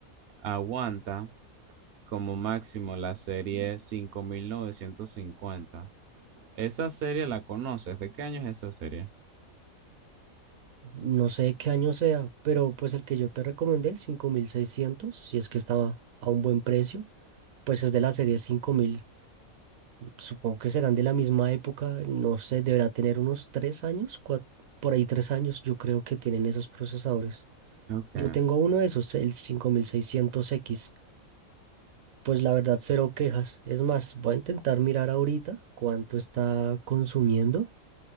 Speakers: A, on the right; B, on the right.
A: aguanta como máximo la serie 5950. ¿Esa serie la conoces? ¿De qué año es esa serie?
B: No sé qué año sea, pero pues el que yo te recomendé, el cinco mil seiscientos si es que estaba a un buen precio, pues es de la serie 5000 supongo que serán de la misma época, no sé, deberá tener unos tres años, cua- por ahí tres años, yo creo que tienen esos procesadores.
A: Ok.
B: Yo tengo uno de esos, el cinco mil seiscientos x Pues la verdad, cero quejas. Es más, voy a intentar mirar ahorita cuánto está consumiendo,